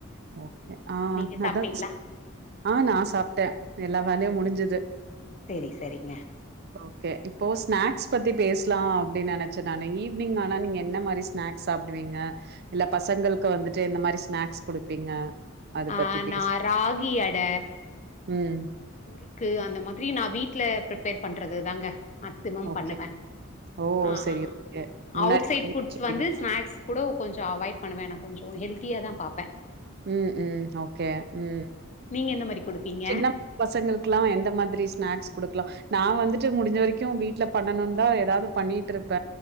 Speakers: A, on the right (about 50°); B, on the left (about 35°).
A: ஓகே ஆ
B: நீங்க சாப்ட்டீங்களா
A: அதா ஆ நா சாப்ட்டே எல்லா வேல்யு முடிஞ்சித்
B: செரி செரிங்க
A: ஓகே இப்போ ஸ்நாக்ஸ் பத்தி பேஸ் க்லா அப்டி நெனச்ச நானு ஈவ்னிங் ஆனா நீங்க என்ன மாரி ஸ்நாக்ஸ் சாப்டுவீங்க இல்ல பசங்கள்க்கு வந்துட்டு எந்த மாரி ஸ்நாக்ஸ் குடுப்பீங்க அத
B: ஆ
A: பத்தி பேசு
B: நா ராகி அட
A: ம்
B: முறுக்கு அந்த மாத்ரி நா வீட்ல ப்ருப்பேர் பண்றது தாங்க மேக்சிமம்
A: ஓகே
B: பண்ணுவே
A: ஓ
B: அ
A: செரி ஓகே முன்னாடி
B: ஆ அவுட் சைட்
A: பண்ணி
B: ஃபுட்ஸ்
A: வச்சுப்பீங்களா
B: வந்து ஸ்நாக்ஸ் கூடோ கொஞ்ச அவாய்ட் பண்ணுவே நா கொஞ்சொ ஹெல்தியா தா பாப்பே
A: ம் ம் ஓகே ம்
B: நீங்க என்ன மாரி குடுப்பீங்க
A: சின்னம் பசங்கள்க்குலா எந்த மாத்ரி ஸ்நாக்ஸ் குடுக்லா நான் வந்துட்டு முடிஞ்ச வரிக்கு வீட்ல பண்ணணுன் தா எதாது பண்ணிட்ருப்ப